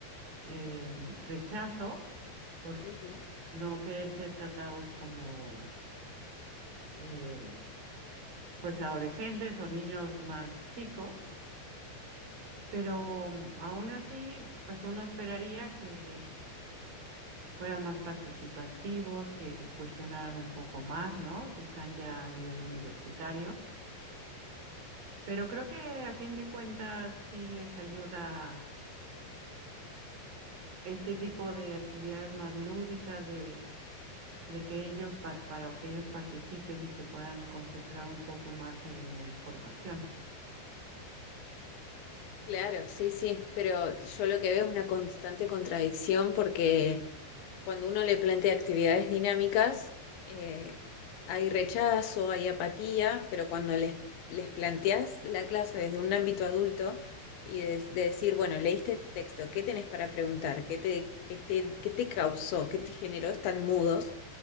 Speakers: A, on the right; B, on the left.
A: eh, rechazo por
B: ujú.
A: no querer ser tratados como eh, pues adolescentes o niños más chicos, pero mm, aún así, pues uno esperaría que fueran más participativos, que cuestionaran un poco más, ¿no? Si están ya a nivel universitario. Pero creo que a fin de cuentas sí les ayuda este tipo de actividades más lúdicas, de, de que ellos, pa- para que ellos participen y se puedan concentrar un poco más en la información.
B: Claro, sí, sí, pero yo lo que veo es una constante contradicción porque cuando uno le plantea actividades dinámicas, eh, hay rechazo, hay apatía, pero cuando les, les planteas la clase desde un ámbito adulto y de, de decir, bueno, leíste este texto, ¿qué tenés para preguntar? ¿Qué te, qué te, qué te causó? ¿Qué te generó? Están mudos